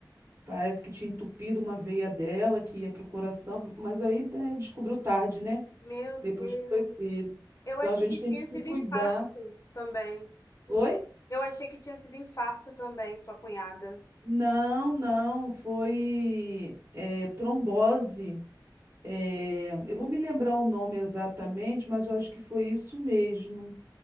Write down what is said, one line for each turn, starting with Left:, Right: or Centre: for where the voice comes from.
Right: Parece que tinha entupido uma veia dela que ia pro coração, mas aí, né, descobriu tarde, né?
Left: Meu
Right: Depois
Left: Deus.
Right: que foi pego.
Left: Eu
Right: Então
Left: achei
Right: a gente
Left: que
Right: tem
Left: tinha
Right: que se
Left: sido
Right: cuidar.
Left: infarto também.
Right: Oi?
Left: Eu achei que tinha sido infarto também, sua cunhada.
Right: Não, não, foi é, trombose. É, eu vou me lembrar o nome exatamente, mas eu acho que foi isso mesmo.